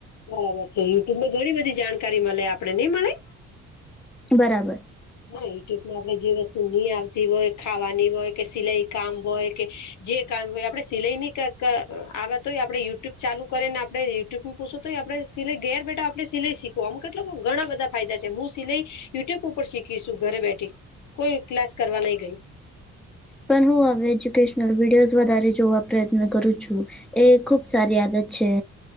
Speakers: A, on the left; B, in the centre.
A: બરાબર છે યુટ્યુબને ઘણી બધી જાણકારી મળે આપડે નઈ મળે
B: બરાબર.
A: હા યુટ્યુબમાં આપે જે વસ્તુ નહી આવતી હોય ખાવાની હોય કે સિલાઈ કામ હોય કે જે કામ હોય આપડે સિલાઈ ની આવે તો હોય આપણે યુટ્યુબ ચાલુ કરી ને આપડે યુટ્યુબ પૂછું તો આપણે સિલાઈ ઘેર બેઠા આપણે સિલાઈ શીખવો આમ કેટલા ઘણા બધા ફાયદા છે હું સિલાઈ યુટ્યુબ ઉપર શીખીશું ઘરે બેઠી કોઈ ક્લાસ કરવા નહી ગઈ.
B: પણ હું હવે એજ્યુકેશનલ વિડીયોઝ વધારે જોવા પ્રયત્ન કરું છું. એ ખુબ સારી આદત છે.